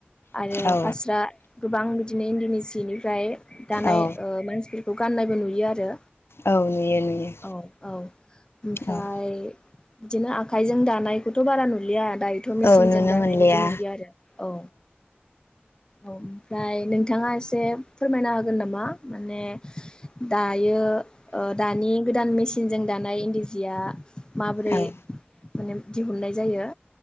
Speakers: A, on the left; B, on the left.
A: आरो
B: औ
A: फास्रा गोबां बिदिनो इन्दिनि सिनिफ्राय दानाय
B: औ
A: ओ मानसिफोरखौ गाननायबो नुयो आरो
B: औ नुयो नुयो
A: औ औ। ओमफ्राय
B: औ
A: बिदिनो आखाइजों दानायखौथ बारा नुलिया, दायोथ' मेसिनजों
B: औ नुनो
A: दानाय
B: मोनलिया
A: बिदि नुलिया आरो औ। औ ओमफ्राय नोंथाङा एसे फोरमायनो हागोन नामा? माने दा। इयो ओ दानि गोदान मेसि मेसिन जों दानाय इन्दि जिया माबोरै,
B: औ
A: माने दिहुननाय जायो।